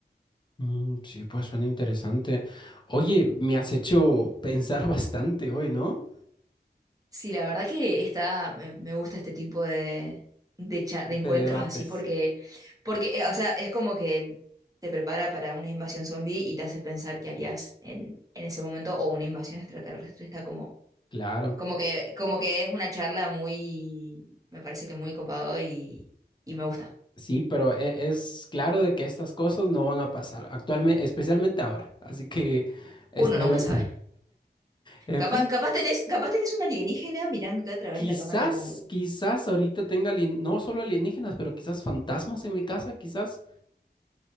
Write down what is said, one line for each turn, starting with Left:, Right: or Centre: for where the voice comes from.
Left: Mm, sí, pues suena interesante. Oye, me has hecho pensar <laughs> bastante hoy, ¿no?
Right: Sí, la verdad que está, me, me gusta este tipo de, de, cha-
Left: De
Right: de encuentros
Left: debates.
Right: así porque, porque, eh, o sea, es como que te prepara para una invasión zombie y te hace pensar qué harías en, en ese momento o una invasión extraterrestre. Está como,
Left: Claro.
Right: como que, como que es una charla muy, me parece que muy copado y, y me gusta.
Left: Sí, pero e- es claro de que estas cosas no van a pasar actualmente, especialmente ahora. Así que, es
Right: Uno
Left: de-
Right: nunca sabe.
Left: en
Right: Capaz,
Left: fin,
Right: capaz tenés, capaz tenés un alienígena mirándote a través
Left: quizás,
Right: de la cámara de tu computadora.
Left: quizás ahorita tenga alien- no solo alienígenas, pero quizás fantasmas en mi casa, quizás.